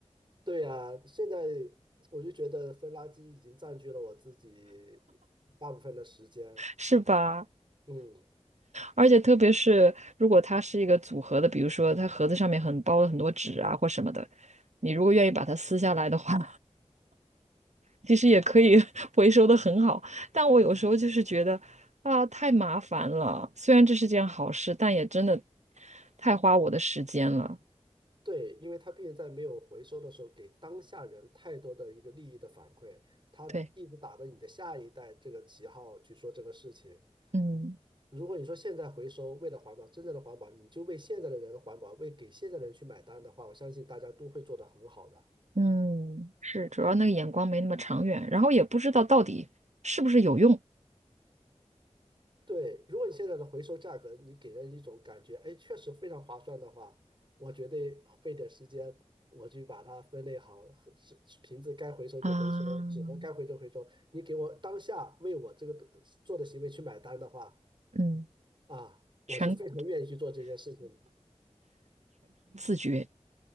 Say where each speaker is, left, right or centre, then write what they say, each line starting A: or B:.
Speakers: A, on the right (about 45°); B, on the right (about 75°).
A: 对呀，现在我就觉得分垃圾已经占据了我自己大部分的时间。
B: <laughs> 是吧？
A: 嗯，
B: 而且特别是如果它是一个组合的，比如说它盒子上面很包了很多纸啊或什么的，你如果愿意把它撕下来的话，其实也可以 <laughs> 回收的很好，但我有时候就是觉得啊，太麻烦了。虽然这是件好事，但也真的太花我的时间了。
A: 对，因为它毕竟在没有回收的时候，给当下人太多的一个利益的反馈，它一直打着你的下一代这个旗号去说这个事情。
B: 对，嗯
A: 如果你说现在回收，为了环保，真正的环保，你就为现在的人环保，为给现在的人去买单的话，我相信大家都会做得很好的。
B: 嗯，是，主要那个眼光没那么长远，然后也不知道到底是不是有用
A: 对，如果你现在的回收价格，你给人一种感觉，哎，确实非常划算的话，我绝对费点时间，我去把它分类好，纸瓶子该回收就回收，
B: 啊。
A: 纸盒该回收回收。你给我当下为我这个做的行为去买单的话，
B: 嗯，
A: 啊，我就非常愿意去做这件事情的。
B: 全绝，